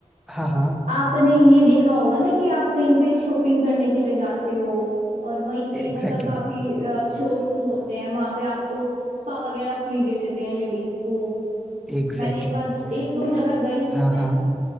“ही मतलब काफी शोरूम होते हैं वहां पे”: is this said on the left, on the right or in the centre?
Right